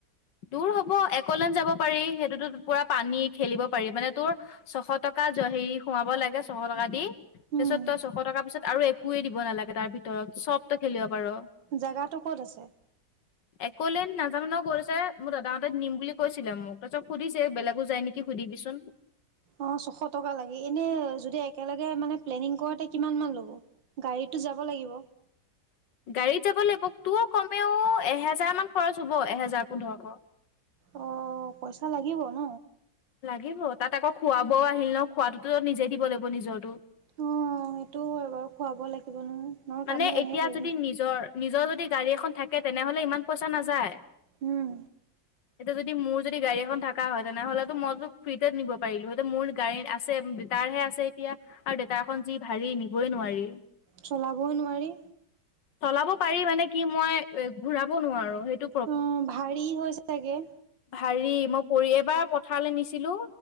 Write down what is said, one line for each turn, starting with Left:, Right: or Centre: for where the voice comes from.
Left: দূৰ হ'ব একলেন যাব পাৰি সেইটোতো পুৰা পানী খেলিব পাৰি মানে তোৰ ছশ টকা। জ হেৰি সোমাব লাগে ছশ টকা দি। তাৰ
Right: উম,
Left: পিছত তই ছশ টকাৰ পিছত আৰু একোৱে দিব নালাগে তাৰ ভিতৰত চবতো খেলিব পাৰ।
Right: জেগাটো ক'ত আছে।
Left: এক'লেণ্ড নাজানো নহ ক'ত আছে। মোৰ দাদাহঁক নিম বুলি কৈছিলে মোক তাৰপিছত সুধিছে বেলেগো যায় নেকি সুধিবিচোন।
Right: অ ছশ টকা লাগি এনে য একেলগে মানে প্লেনিং কৰ কিমান মান ল'ব। গাড়ীটো যাব লাগিব।
Left: গাড়ীত যাব লাগিব তো কমেও এহেজাৰ মান খৰচ হ'ব এহেজাৰ পোন্ধৰশ।
Right: অ পইচা লাগিব ন।
Left: লাগিব তাত আকৌ খুৱ ব আহিল ন খোৱাতটোতো নিজেই দিব লাগিব নিজৰটো।
Right: অ সেইটোও হয় বাৰু খুৱাব লাগিব নহয়। নহলে
Left: মানে
Right: তাতনো কেনেকে
Left: এতিয়া
Right: থাকিব
Left: যদি নিজৰ নিজৰ যদি গাড়ী এখন থাকে তেনেহলে ইমান পইচা নাযায়।
Right: উম।
Left: এতিয়া যদি মোৰ যদি গাড়ী এখন থকা হয় তেনেহলেতো মইতো ফ্ৰীতে নিব পাৰিলো সতে মোৰ গাড়ীত আছে। তাৰ হে আছে এতিয়া আৰু দেেতা এখনন যি ভাৰী নিবই নোৱাৰি।
Right: চলাবই নোৱাৰি
Left: চলাব পাৰি মানে কি মই এ ঘূৰাব নোৱাৰো। সেইটো
Right: অ ভাৰী হৈছে চাগে।
Left: হাৰি মই পৰি এবাৰ পথাৰলৈ নিছিলো